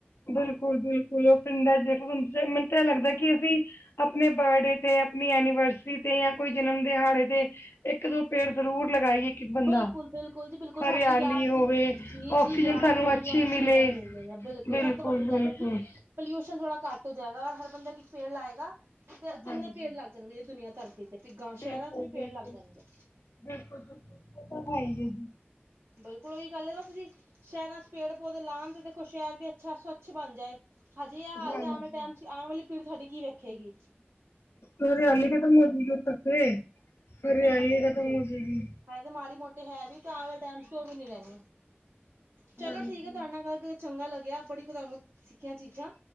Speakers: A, on the left; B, on the right.
A: ਬਿਲਕੁਲ-ਬਿਲਕੁਲ ਉਹ ਪਿੰਡਾ ਜੇ ਮੈਨੂੰ ਤਾਂ ਇਹ ਲੱਗਦਾ ਕਿ ਅਸੀ ਆਪਣੇ ਬਰਡੇ ਤੇ ਆਪਣੀ ਐਨੀਵਰਸਰੀ ਤੇ ਜਾ ਕੋਈ ਜਨਮ ਦਿਹਾੜੇ ਤੇ ਇੱਕ ਦੋ ਪੇੜ ਜ਼ਰੂਰ ਲਗਾਈਏ। ਇੱਕ-ਇੱਕ ਬੰਦਾ,
B: ਬਿਲਕੁਲ-ਬਿਲਕੁਲ ਜੀ ਬਿਲਕੁਲ ਸਾਡੀ।
A: ਹਰਿਆਲੀ
B: ਯਾਦਗਿਰੀ
A: ਹੋਵੇ
B: ਜੀ-ਜੀ
A: ਆਕਸੀਜਨ
B: ਯਾਦਗਿਰੀ
A: ਸਾਨੂੰ ਅੱਛੀ
B: ਆਕਸੀਜਨ
A: ਮਿਲੇ,
B: ਮਿਲੇਗਾ ਬਿਲਕੁਲ
A: ਬਿਲਕੁਲ-ਬਿਲਕੁਲ।
B: ਸਭ ਤੋਂ ਵੱਡੀ ਗੱਲ ਹੈ ਜੀ। ਪੋਲਿਊਸ਼ਨ ਥੋੜਾ ਘੱਟ ਹੋ ਜਾਏਗਾ ਹਰ ਬੰਦਾ ਇੱਕ-ਇੱਕ ਪੇੜ ਲਾਏਗਾ ਤੇ ਕਿੰਨੇ
A: ਹਾਂਜੀ।
B: ਪੇੜ ਲੱਗ ਜਾਣਗੇ ਜ ਦੁਨੀਆਂ ਧਰ ਤੇ ਪੀ ਗਾਂ
A: ਬਿਲਕੁਲ-ਬਿਲਕੁਲ,
B: ਸ਼ਹਿਰਾਂ 'ਚ ਵੀ ਪੇੜ ਲੱਗ ਜਾਂਦੇ ਏ।
A: ਬਿਲਕੁਲ-ਬਿਲਕੁਲ ਓਹ ਤੇ ਹੈ ਕਿ ਏ।
B: ਬਿਲਕੁਲ ਓਹੀ ਗੱਲ ਹੈ ਬਸ ਜੀ। ਸ਼ਹਿਰਾਂ 'ਚ ਪੇੜ ਪੌਦੇ ਲਉਣ ਤੇ ਦੇਖੋ ਸ਼ਹਿਰ ਦੀ ਅੱਛਾ ਸਵੱਛ ਬਣ ਜਾਏ। ਹਜੇ ਇਹ ਹਾਲਤ
A: ਹਾਂਜੀ।
B: ਆ ਤੇ ਆਨ ਆਲੇ ਟਾਈਮ 'ਚ ਆਨ ਵਾਲੀ ਪੀੜੀ ਸਾਡੀ ਕੀ ਵੇਖੇਗੀ।
A: ਹਰਿਆਲੀ ਖਤਮ ਹੋ ਜਾਏਗੀ ਉਧਰ ਤੇ ਹਰਿਆਲੀ ਖਤਮ ਹੋ ਜਾਏਗੀ।
B: ਹਲੇ ਤੇ ਮਾੜੀ ਮੋਟੇ ਹੈ ਵੀ ਤੇ ਆਨ ਵਾਲੇ ਟਾਈਮ 'ਚ ਉਹ ਵੀ ਨੀ ਰਹਿਣੀ ਚਲੋ
A: ਹਾਂਜੀ,
B: ਠੀਕ ਹੈ ਤੁਹਾਏ ਨਾਲ ਗਲ ਕਰ ਚੰਗਾ ਲੱਗਿਆ ਬੜੀ ਕੁ ਦਾਰ <unintelligible> ਦਿੱਖੀਆਂ ਚੀਜ਼ਾਂ।